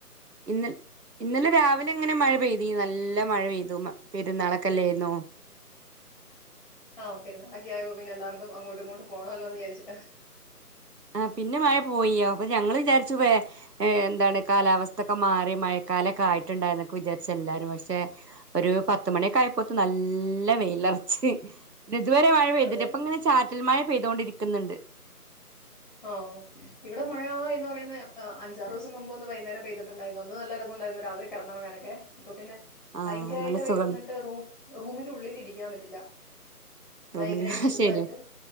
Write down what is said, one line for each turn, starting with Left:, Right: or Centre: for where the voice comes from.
Right: ഇന്നലെ ഇന്നലെ രാവിലെ എങ്ങനെ മഴ പെയ്തു നല്ല മഴ പെയ്തു പെരുന്നാളെക്കെഅല്ലായിരുന്നോ?
Centre: ആ പെരുന്നാളൊക്കായപ്പോ പിന്നെല്ലാർക്കും അങ്ങോട്ടുങ്ങോട്ടും പോണോല്ലോന്ന് വിചാരിച്ചിട്ടാ.
Right: ആ പിന്നെ മഴ പോയി. അപ്പൊ ഞങ്ങള്ചാരിച്ചു വേ എന്താണ് കാലാവസ്ഥക്കെ മാറി മഴ കാലക്കായിട്ടുണ്ടാ എന്ന് വിചാരിച്ചു എല്ലാരും പക്ഷെ ഒരു പത്ത്മണിയൊക്കെ ആയപ്പോത്ത് നല്ല വെയില പിന്നെ ഇതുവരെ മഴ പെയ്തില്ല
Centre: അതെ
Right: ഇപ്പൊങ്ങനെ ചാറ്റൽ മഴ പെയ്തോണ്ടിരിക്കുന്നുണ്ട്.
Centre: ഓ ഇവിടെ മഴ എന്ന് പറയുന്ന് അഞ്ചാറ്സം മുമ്പ് ഒന്ന് വൈയ്ന്നേരം പെയ്തിട്ടുണ്ടായിരുന്നു അന്ന് നല്ല രസ ണ്ടായിരുന്നു രാത്രി കിടന്നുറങ്ങാനൊക്കെ. ഇപ്പൊ പിന്നെ
Right: ആഹ്
Centre: പയങ്കരമായിട്ട്
Right: നല്ല
Centre: വെയില്
Right: സുഖണ്ട്
Centre: വന്നിട്ട്റൂ റൂമിന്റെ ഉള്ളിൽ ഇരിക്കാൻ പറ്റില്ല.
Right: റൂമിന്റെ
Centre: ഭയങ്കരായിട്ട്
Right: ഹാ
Centre: ചൂടായിട്ട്
Right: ശെരിയ